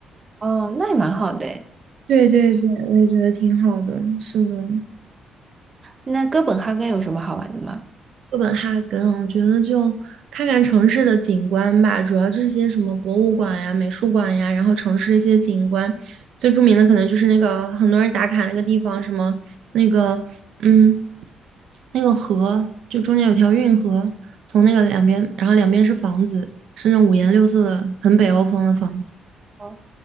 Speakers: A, on the right; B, on the right.
A: 哦，那也蛮好的诶
B: 对对对，我也觉得挺好的，是的。
A: 那哥本哈根有什么好玩的吗？
B: 哥本哈根，我觉得就看看城市的景观吧，主要就是些什么博物馆呀、美术馆呀，然后城市的一些景观，最著名的可能就是那个很多人打卡那个地方，什么那个嗯，那个河，就中间有条运河，从那个两边，然后两边是房子，是那种五颜六色的，很北欧风的房子，
A: 哦